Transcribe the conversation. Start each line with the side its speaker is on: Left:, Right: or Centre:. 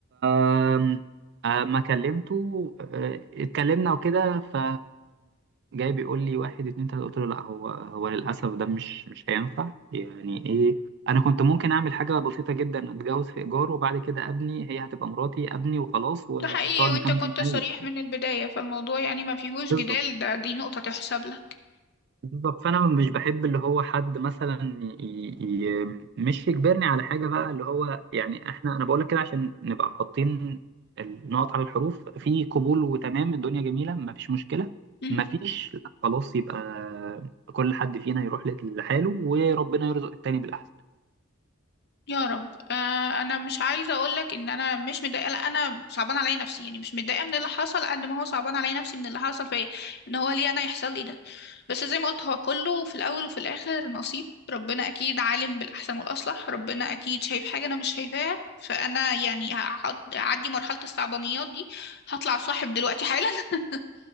Right: أم- اما كلمته آه، اتكلمنا وكده ف جاي بيقول لي واحد اتنين تلاته قلت له لا هو هو للاسف ده مش مش هينفع يعني ايه انا كنت ممكن اعمل حاجه بسيطه جدا اتجوز في ايجار وبعد كده ابني هي هتبقى مراتي ابني وخلاص وتقعد
Left: ده حقيقي وانت
Right: مكان
Left: كنت
Right: ما أنا
Left: صريح
Right: عايز
Left: من البداية فالموضوع يعني ما فيهوش
Right: بالظبط
Left: جدال ده دي نقطة تحسب لك
Right: بالظبط فانا مش بحب اللي هو حد مثلا ي... ي... مش يجبرني على حاجه بقى اللي هو يعني احنا انا بقول لك كده عشان نبقى حاطين النقط على الحروف في قبول وتمام الدنيا جميله ما فيش مشكله
Left: مم.
Right: ما فيش لا خلاص يبقى كل حد فينا يروح لحاله وربنا يرزق التاني بالاحسن
Left: يا رب آه انا مش عايزه اقول لك ان انا مش متضايقه لا انا صعبان عليا نفسي يعني مش متضايقه من اللي حصل قد ما هو صعبان عليا نفسي من اللي حصل فيا ان هو ليه انا يحصل لي ده بس زي ما قلت هو كله في الاول وفي الاخر نصيب ربنا اكيد عالم بالاحسن والاصلح ربنا اكيد شايف حاجه انا مش شايفاها فانا يعني هعد- هعدي مرحله الصعبانيات دي هطلع صاحب دلوقتي حالا <laughs>